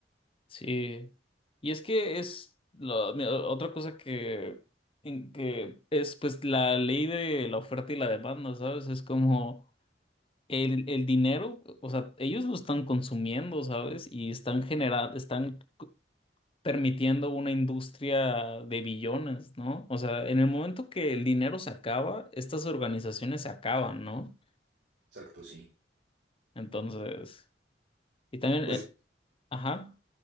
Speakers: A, on the left (about 30°); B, on the right (about 75°).
A: Sí. Y es que es la- mi- otra cosa que, en que es pues la ley de la oferta y la demanda, ¿sabes? Es como... El, el dinero, o sea, ellos lo están consumiendo, ¿sabes? Y están generando, están c- permitiendo una industria de billones, ¿no? O sea, en el momento que el dinero se acaba, estas organizaciones se acaban, ¿no?
B: Exacto, sí.
A: Entonces, y también,
B: Pues
A: eh, ajá,